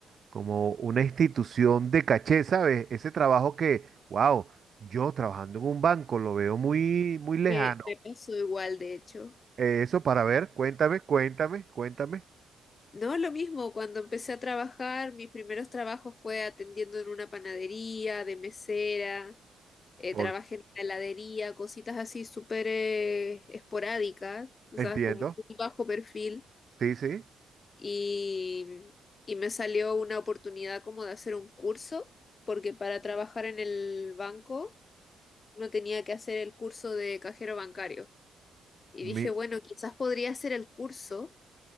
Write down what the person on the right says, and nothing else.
como una institución de caché, ¿sabes? Ese trabajo que, wow, yo trabajando en un banco lo veo muy, muy lejano.
Eh, Eso para ver, cuéntame, cuéntame, cuéntame.
Por,
entiendo.
Sí, sí.
Mi,